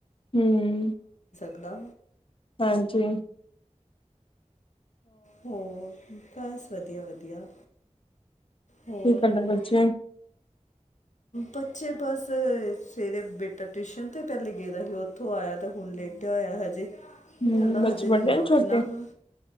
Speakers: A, on the left; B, on the left.
A: ਹਮ
B: ਅਦਾ
A: ਹਾਂਜੀ
B: ਹੋਰ ਬਸ ਵਧੀਆ ਵਧੀਆ ਹੋਰ
A: ਕੀ ਕਰਦੇ ਬੱਚੇ
B: ਬੱਚੇ ਬਸ ਸਵੇਰੇ ਬੇਟਾ ਟਿਊਸ਼ਨ ਤੇ ਪਹਿਲੇ ਗਏਦਾ ਸੀ ਉੱਥੋਂ ਆਇਆ ਤੇ ਹੁਣ ਲ ਹੋਇਆ ਹਜੇ
A: ਹੂੰ,
B: ਕਹਿੰਦਾ
A: ਬੱਚੇ
B: ਹਜੇ ਨੀ
A: ਵੱਡੇ
B: ਮੈਂ
A: ਨੇ
B: ਉੱਠਦਾ
A: ਛੋਟੇ?
B: ਹਾਂ